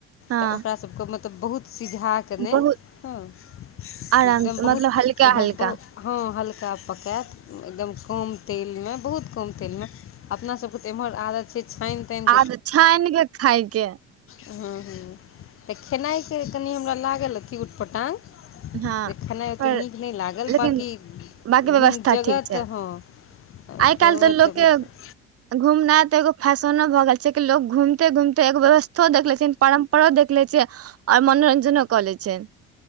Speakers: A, on the right; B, on the left.
A: हँ
B: तऽ ओकरा सब के मतलब बहुत सिझा कने
A: बहुत
B: हँ एकदम
A: आराम
B: बहुत
A: मतलब हल्का हल्का
B: हँ बहु हँ हल्का पकायत एकदम कम तेलमे बहुत कम तेलमे अपना सबके तऽ एम्हर आदत छै छानि तानि
A: आ त छानि के खाायके
B: ह्मँ ह्मँ तऽ खेनाइके कनि हमरा लागल की उटपटा्ग
A: हँ
B: खेनाइ ओते
A: पर
B: नीक नहि लागल
A: लेकिन
B: बाँकी
A: बाकी व्यवस्था
B: रूम जगह
A: ठीक छै
B: तऽ हँ आ
A: आइ काल्हि
B: जगह
A: लोक
B: तऽ
A: के
B: मतलब
A: घूमना तऽ एगो फैशनो भऽ गेल छै क लो घूमे घूमते एगो व्यवस्था देख ले छ परम्परा देख ले छै आऔर मनोरंजनो कऽ ले छैय